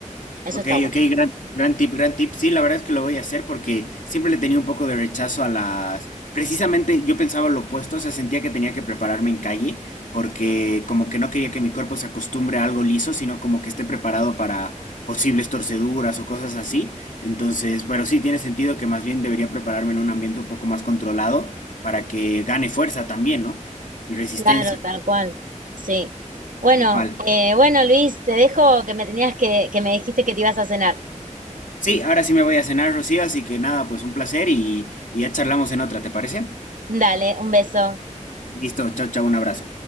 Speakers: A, on the right (about 85°); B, on the left (about 75°).
A: Eso
B: Ok,
A: está bueno.
B: ok, gran, gran tip, gran tip. Sí, la verdad es que lo voy a hacer porque siempre le tenía un poco de rechazo a las... Precisamente yo pensaba lo opuesto, o sea, sentía que tenía que prepararme en calle porque como que no quería que mi cuerpo se acostumbre a algo liso, sino como que esté preparado para posibles torceduras o cosas así. Entonces, pero sí, tiene sentido que más bien debería prepararme en un ambiente un poco más controlado para que gane fuerza también, ¿no? Y resistencia.
A: Claro, tal cual. Sí. Bueno,
B: Tal cual.
A: eh, bueno, Luis, te dejo que me tenías que, que me dijiste que te ibas a cenar.
B: Sí, ahora sí me voy a cenar, Rocío, así que nada, pues un placer y, y ya charlamos en otra, ¿te parece?
A: Dale, un beso.
B: Listo, chao, chao, un abrazo.